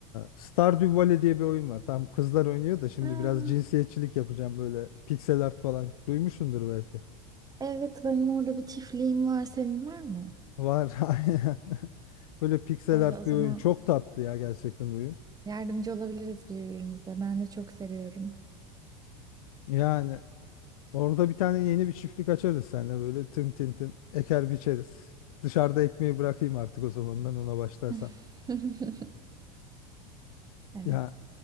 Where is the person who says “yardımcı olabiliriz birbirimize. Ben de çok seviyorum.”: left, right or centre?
Right